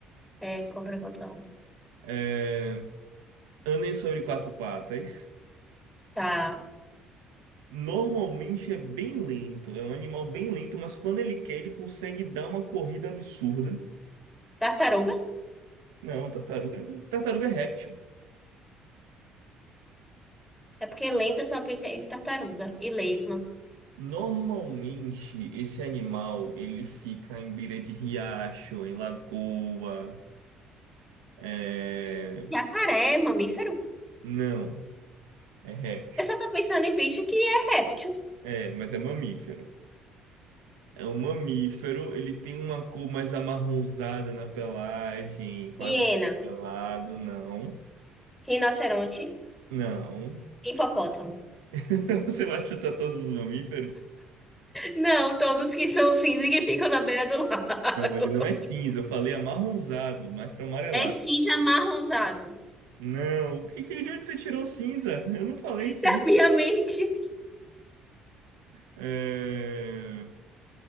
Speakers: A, in the centre; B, on the right.
A: É, cobra bota ovo.
B: É... Anda sobre quatro patas.
A: Tá.
B: Normalmente é bem lento, é um animal bem lento, mas quando ele quer, ele consegue dar uma corrida absurda.
A: Tartaruga.
B: Não, tartaruga, é do- tartaruga é réptil.
A: É porque lenta eu só pensei em tartaruga e lesma.
B: Normalmente esse animal ele fica em beira de riacho, em lagoa. É...
A: Jacaré, é mamífero.
B: Não, é réptil.
A: Eu só tô pensando em bicho que é réptil.
B: É, mas é mamífero. É um mamífero, ele tem uma cor mais amarronzada na pelagem, quase
A: Hiena,
B: amarelado, não.
A: rinoceronte,
B: Não.
A: hipopótamo.
B: <laughs> Você vai chutar todos os mamíferos?
A: Não, todos que são cinza e que ficam na beira do lago.
B: Não, ele não é cinza. Eu falei amarronzado, mais para amarelado.
A: É cinza amarronzado.
B: Não, o que, que- de onde você tirou cinza? Eu não falei
A: <laughs>
B: cinza.
A: Da minha mente.
B: É,